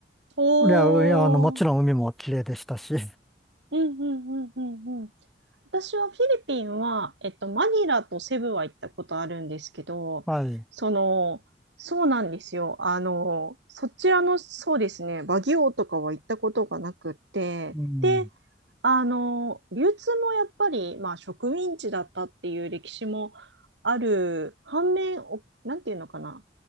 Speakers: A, on the right (about 80°); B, in the centre.
A: おー、
B: いや、いや、あの、もちろん海も綺麗でしたし、
A: うんうんうんうんうん。私はフィリピンは、えっと、マニラとセブは行ったことあるんですけど、
B: <laughs> はい。
A: その、そうなんですよ。あの、そちらの、そうですね、バギオとかは行ったことがなくって、
B: うん、
A: で、あの、流通もやっぱり、まあ、植民地だったっていう歴史もある、反面、お、なんていうのかな、